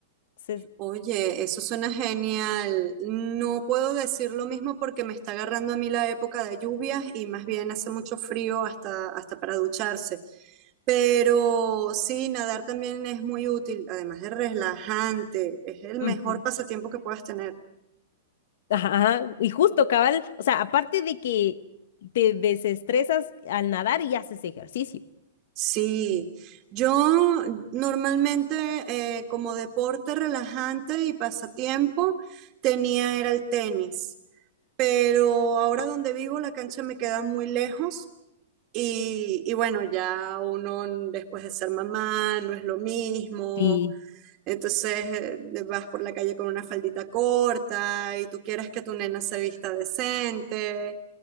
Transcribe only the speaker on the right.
Oye, eso suena genial. No puedo decir lo mismo porque me está agarrando a mí la época de lluvias y más bien hace mucho frío hasta, hasta para ducharse. Pero sí, nadar también es muy útil, además de relajante, es el
mejor pasatiempo que puedas tener.
Sí, yo normalmente eh, como deporte relajante y pasatiempo tenía era el tenis, pero ahora donde vivo la cancha me queda muy lejos. Y, y bueno, ya uno n- después de ser mamá no es lo mismo,
entonces eh, vas por la calle con una faldita corta y tú quieres que tu nena se vista decente.